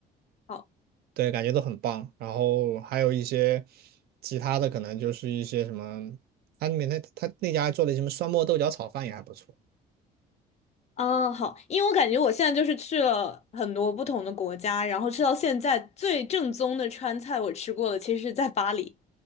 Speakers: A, on the left; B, on the right.
A: 好，
B: 对，感觉都很棒。然后还有一些其他的，可能就是一些什么，它里面那它那家做的什么酸沫豆角炒饭也还不错。
A: 啊，好，因为我感觉我现在就是去了很多不同的国家，然后吃到现在最正宗的川菜，我吃过的其实是在巴黎。